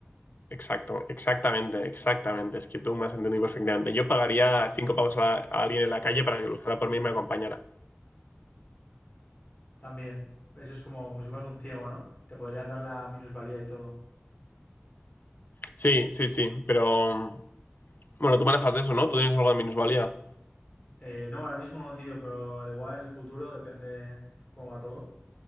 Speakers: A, on the left; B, on the left.
A: Exacto, exactamente, exactamente. Es que tú me has entendido perfectamente. Yo pagaría cinco pavos a, a alguien en la calle para que lo usara por mí y me acompañara.
B: También. Eso es como, como si fueras un ciego, ¿no? Te podrían dar la minusvalía y todo.
A: Sí, sí, sí, pero bueno, tú manejas de eso, ¿no? Tú tienes algo de minusvalía.
B: Eh, no, ahora mismo no, tío, pero al igual en el futuro depende cómo va todo.